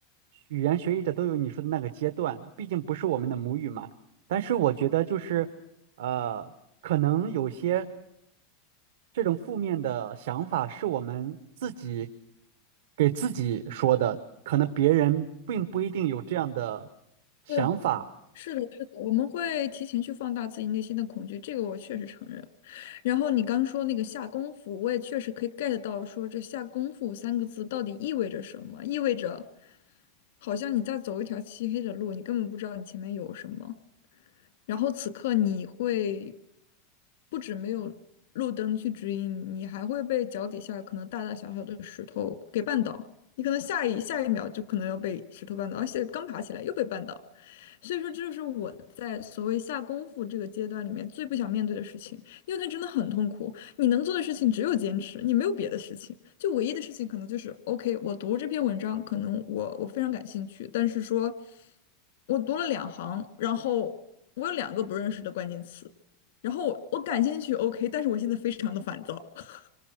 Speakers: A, on the right; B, on the left.
A: 语言学习者都有你说的那个阶段，毕竟不是我们的母语嘛。但是我觉得就是呃，可能有些这种负面的想法是我们自己给自己说的，可能别人并不一定有这样的想法。
B: 对。是的，是的，我们会提前去放大自己内心的恐惧，这个我确实承认。然后你刚说那个下功夫，我也确实可以 get 到，说这下功夫三个字到底意味着什么？意味着好像你在走一条漆黑的路，你根本不知道你前面有什么。然后此刻你会不止没有路灯去指引，你还会被脚底下可能大大小小的石头给绊倒。你可能下一下一秒就可能要被石头绊倒，而且刚爬起来又被绊倒。所以说，这就是我在所谓下功夫这个阶段里面最不想面对的事情，因为它真的很痛苦。你能做的事情只有坚持，你没有别的事情。就唯一的事情可能就是，OK，我读这篇文章，可能我我非常感兴趣，但是说，我读了两行，然后我有两个不认识的关键词，然后我我感兴趣，OK，但是我现在非常的烦躁。<laughs>